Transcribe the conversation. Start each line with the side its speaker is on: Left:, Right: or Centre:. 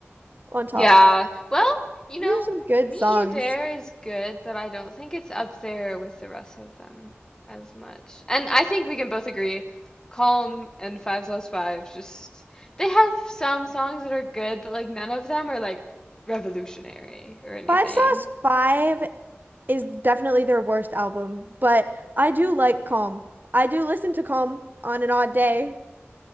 Right: on top.
Left: Yeah, well, you know,
Right: These are some good
Left: Meet
Right: songs.
Left: You There is good, but I don't think it's up there with the rest of them as much. And I think we can both agree, Calm and Five Sauce Five just they have some songs that are good, but like none of them are like revolutionary or anything.
Right: Five Sauce Five is definitely their worst album, but I do like Calm. I do listen to Calm on an odd day.